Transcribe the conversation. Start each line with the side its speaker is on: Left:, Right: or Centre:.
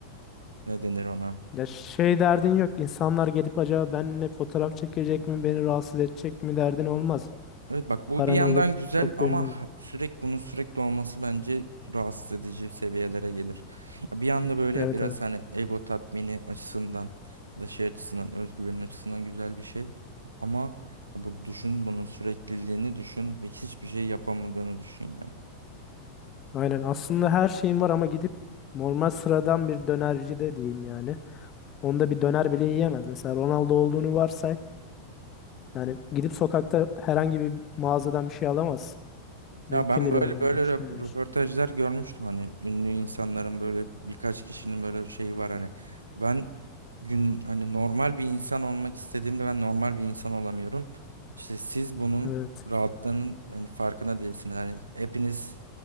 Right: ne denir ona?
Left: Ya şey derdin yok. İnsanlar gelip acaba benimle fotoğraf çekecek mi, beni rahatsız edecek mi derdin olmaz.
Right: Evet bak bu
Left: Paran
Right: bir yandan
Left: olup
Right: güzel
Left: çok
Right: ama
Left: da ünlü ol.
Right: ha- sürekli bunun sürekli olması bence rahatsız edici seviyelere gelir. Ya Bir yanda böyle
Left: Evet
Right: biraz
Left: evet.
Right: hani ego tatmini açısından ya da şey açısından özgüvenin açısından güzel bir şey. Ama bu düşün bunun sürekliliğini düşün ve hiçbir şey yapamadığını düşün yani.
Left: Aynen. Aslında her şeyin var ama gidip normal sıradan bir dönerci de diyeyim yani. Onda bir döner bile yiyemez. Mesela Ronaldo olduğunu varsay. Yani gidip sokakta herhangi bir mağazadan bir şey alamaz. Mümkün
Right: Ya ben
Left: değil
Right: böyle
Left: onun
Right: böyle
Left: için.
Right: rö- röportajlar görmüştüm hani ünlü insanların böyle birkaç kişinin böyle şeyi var hani ben gün hani normal bir insan olmak istediğimde ben normal bir insan olamıyorum. İşte siz bunun
Left: Evet.
Right: rahatlığının hani farkına değilsiniz. Hani hepiniz